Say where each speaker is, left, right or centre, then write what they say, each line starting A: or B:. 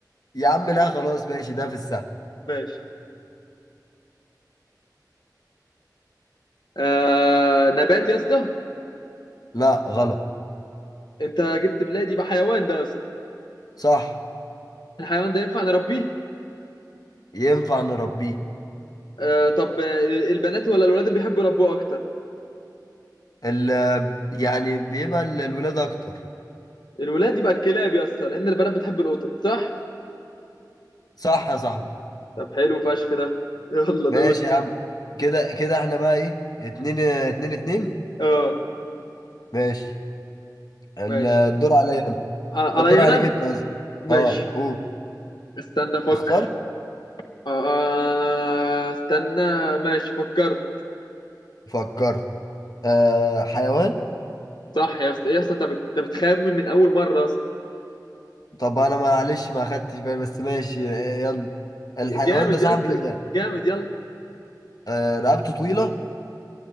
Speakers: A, on the left; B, on the left.
A: يا عم لا خلاص ماشي ده في السهل
B: ماشي آه... نبات يا اسطى
A: لا غلط
B: انت جبت بلادي بحيوان ده يا اسطى
A: صح
B: الحيوان ده ينفع نربيه
A: ينفع نربيه
B: آه طب آه، البنات ولا الولاد اللي بيحبوا يربوه اكتر
A: ال... يعني بيبقى ال- الولاد اكتر
B: الولاد يبقى الكلاب يا اسطى لان البنات بتحب القطط صح
A: صح يا صاحبي
B: طب حلو فشخ ده <laughs> يلا
A: ماشي
B: دور
A: يا عم كده كده احنا بقى ايه اتنين اتنين اتنين
B: اه
A: ماشي ال-
B: ماشي
A: الدور عليا انا
B: ع-
A: الدور
B: عليا
A: عليك
B: انا
A: انت قصدي
B: ماشي
A: اه قول
B: استنى افكر
A: اخترت
B: آه آه، استنى ماشي فكرت
A: فكرت آه حيوان
B: صح يا اسطى إيه يا اسطى انت بت- أنت بتخمن من اول مره يا اسطى
A: طب انا معلش ما خدتش بالي بس ماشي آه، يلا الحيوان
B: جامد
A: ده صاحبي
B: يا اسطى جامد يلا
A: آه رقبته طويلة